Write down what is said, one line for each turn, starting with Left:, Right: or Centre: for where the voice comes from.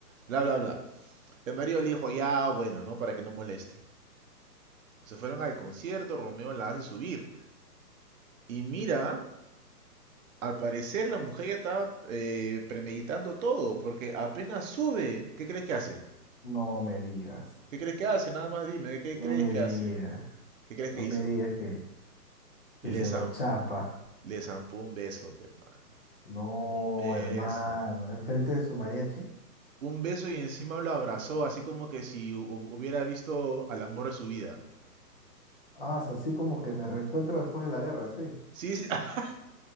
Right: bla, bla, bla. El marido le dijo, ya, bueno, ¿no? Para que no moleste. Se fueron al concierto, Romeo la hace subir. Y mira Al parecer la mujer ya estaba eh, premeditando todo, porque apenas sube, ¿qué crees que hace?
Left: No me digas.
Right: ¿Qué crees que hace? Nada más dime, ¿qué
Left: No
Right: crees
Left: me
Right: que
Left: digas.
Right: hace? ¿Qué crees
Left: No
Right: que hizo?
Left: me digas que, que
Right: Le
Left: se
Right: zam-
Left: lo chapa.
Right: le zampó un beso, pe, hermano.
Left: No,
Right: Un beso.
Left: hermano. Enfrente de su mariachi.
Right: Un beso y encima lo abrazó, así como que si hu- hu- hubiera visto al amor de su vida.
Left: Ah, es así como que me reencuentro después de la guerra, sí.
Right: Sí, sí, <laughs>